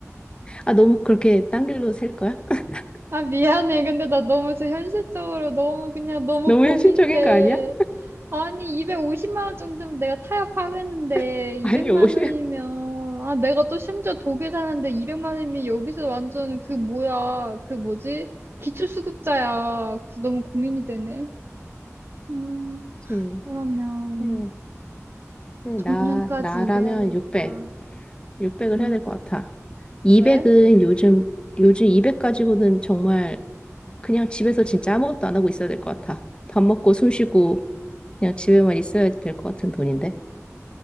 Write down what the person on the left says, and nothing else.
아, 너무 그렇게 딴 길로 셀 거야? <laughs>
너무
현실적인 거 아니야?
<laughs>
아니, 오히
그치.
네, 네,
나, 나라면
600. 600을
해야 될 것 같아. 200은
요즘, 요즘 200 가지고는 정말 그냥 집에서 진짜 아무것도 안 하고 있어야 될 것 같아. 밥 먹고 숨 쉬고 그냥 집에만 있어야 될 것 같은 돈인데.